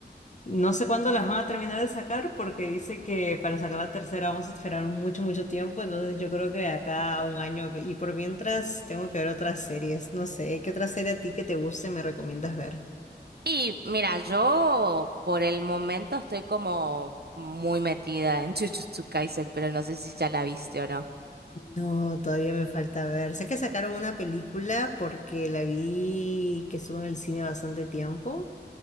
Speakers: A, on the left; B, on the right.
A: no sé cuándo las van a terminar de sacar porque dice que para sacar la tercera vamos a esperar mucho, mucho tiempo. Entonces yo creo que de acá a un año y por mientras tengo que ver otras series. No sé, ¿qué otra serie a ti que te guste me recomiendas ver?
B: Y mira, yo por el momento estoy como muy metida en <laughs> Jujutsu Kaisen, pero no sé si ya la viste o no.
A: No, todavía me falta ver. Sé que sacaron una película porque la vi que estuvo en el cine bastante tiempo.